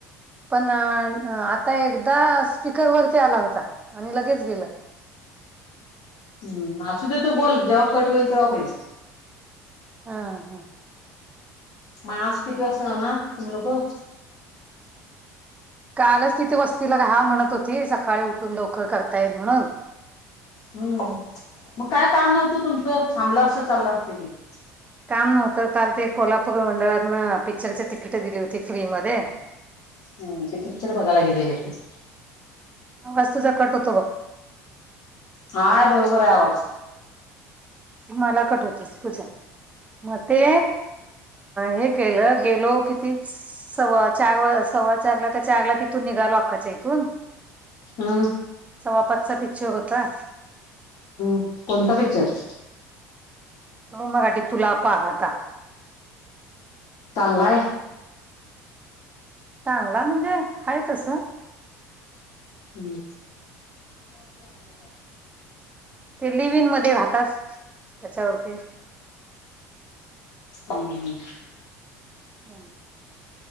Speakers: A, on the right (about 15°); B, on the left (about 50°).
A: पणं आं आंता एकदां स्पीकर वरती आंला होतां आणि लगेच गेलं
B: हम्मं असूं दे तूं बोलं जेव्हां कंट होईल तेव्हां होईल
A: हां हां
B: मगं आंज किती वाजतां जाणारं तुम्हीं लोकं
A: कालंचं तिथे वस्तील हां म्हणतं होती सकाळीं उठूंन लवकरं करतां येईल म्हणूंन
B: हम्मं मगं कायं कामं नव्हतं तुमचं थांबलं असतं चाललं असतं की तुमचं
A: कामं नव्हतं कांल ते कोल्हापूर मंडळातूंन पिक्चरची तिकिट दिली होती फ्री मध्यें
B: हम्मं ते पिक्चर बघांयला गेलेले ते
A: आवांज तुझां कंट होतो बघं
B: हां बरोबर हांय आवांज
A: मलां कंट होतंय तुझं मगं ते हे केलं गेलो कितीचं सव्वा चार सव्वाच्यां चारलां कां चारलां तिथूंन निघालो अक्कांच्या इथूंन
B: हम्मं
A: सवा पांचचां पिक्चर होतां
B: कोणंता पिक्चरं
A: तो मराठी तुलां पाहतां
B: चांगला हांय
A: चांगला हांय म्हणजे हांय तसं
B: हम्मं
A: ते लिविंग मध्यें राहातांत त्यांच्यावरंती
B: हम्मं हं
A: हम्मं